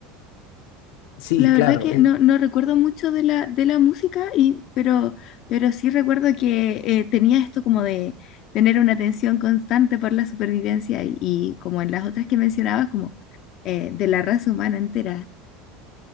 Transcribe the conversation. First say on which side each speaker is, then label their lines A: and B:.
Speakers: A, on the left; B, on the left.
A: Sí,
B: La verdad
A: claro,
B: que
A: es...
B: no, no recuerdo mucho de la, de la música, y, pero, pero sí recuerdo que eh, tenía esto como de tener una atención constante por la supervivencia y, y como en las otras que mencionabas, como eh, de la raza humana entera.